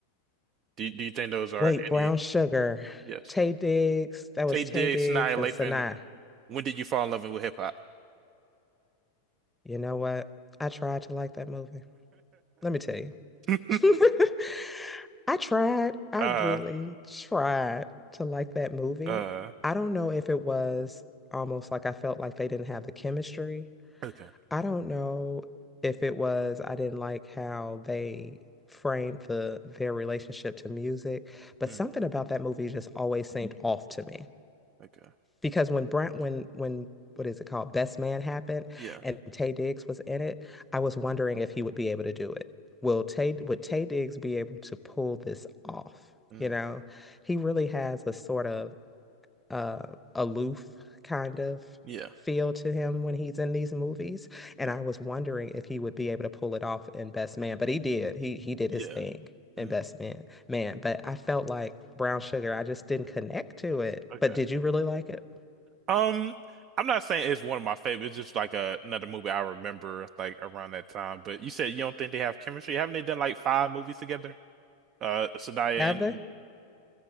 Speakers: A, on the right (about 35°); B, in the centre.
A: Do, do you think those are
B: Wait, Brown
A: any?
B: Sugar,
A: Yes.
B: Taye Diggs, that
A: Taye
B: was
A: Diggs,
B: Taye Diggs
A: Nia
B: and
A: Lathan.
B: Sanaa.
A: When did you fall in love with hip hop?
B: You know what? I tried to like that movie. Let me tell you.
A: <laughs>
B: <laughs> I tried. I
A: Uh,
B: really tried to like that movie.
A: uh.
B: I don't know if it was almost like I felt like they didn't have the chemistry.
A: Okay.
B: I don't know if it was I didn't like how they framed the their relationship to music, but
A: Mm,
B: something about that movie just always seemed off to me
A: okay.
B: because when Brent when when what is it called Best Man happened
A: Yeah.
B: and Taye Diggs was in it, I was wondering if he would be able to do it. Will Tay would Taye Diggs be able to pull this off?
A: Mm,
B: You know, he really has a sort of uh, aloof kind of
A: yeah.
B: feel to him when he's in these movies,
A: Yeah.
B: and I was wondering if he would be able to pull it off in Best Man, but he did. He he did
A: Yeah.
B: his thing in
A: Mm,
B: Best Man, man. But I felt like Brown Sugar, I just didn't connect to it.
A: okay.
B: But did you really like it?
A: Um, I'm not saying it's one of my favorites. It's just like a, another movie I remember like around that time. But you said you don't think they have chemistry. Haven't they done like five movies together? Uh, Zendaya
B: Have
A: and
B: they?